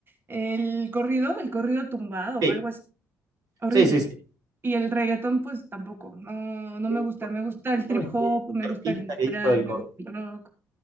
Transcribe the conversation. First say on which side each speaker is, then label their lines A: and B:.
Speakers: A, on the right (about 35°); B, on the right (about 70°).
A: El corrido, el corrido tumbado
B: Sí,
A: o algo así, horrible.
B: Sí, sí, sí.
A: Y el reggaetón, pues tampoco, no, no me
B: el-
A: gusta.
B: ¿cómo
A: Me gusta
B: se
A: el trip
B: llama este
A: hop, me
B: artista
A: gusta el industrial,
B: que hizo el
A: me
B: cor-
A: gusta el rock,